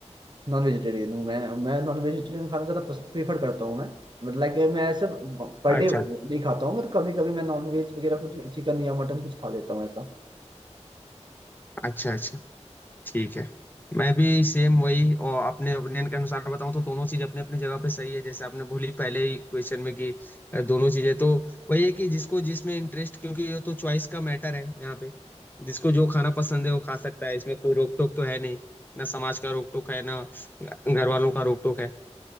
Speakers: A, on the right; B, on the left.
A: नॉन वेजिटेरियन हूँ मैं मैं नॉन वेजिटेरियन खाना ज़्यादा प्रेफर करता हूँ मैं मतलब लाइक मैं ऐसे पर
B: अच्छा
A: डे नहीं खाता हूँ मतलब कभी कभी मैं नॉन वेज वगैरह कुछ चिकन या मटन कुछ खा लेता हूँ ऐसा
B: अच्छा अच्छा ठीक है मैं भी सेम वही और अपने ओपिनियन के अनुसार बताऊं तो दोनों चीज अपने अपने जगह पे सही है जैसे आपने बोली पहले ही क्वेश्चन में कि अ, दोनों चीजें तो वही है कि जिसको जिसमें इंटरेस्ट क्योंकि ये तो चॉइस का मैटर है यहाँ पे जिसको जो खाना पसंद है वो खा सकता है इसमें कोई रोक टोक तो है नहीं ना समाज का रोक टोक है ना घर वालों का रोक टोक है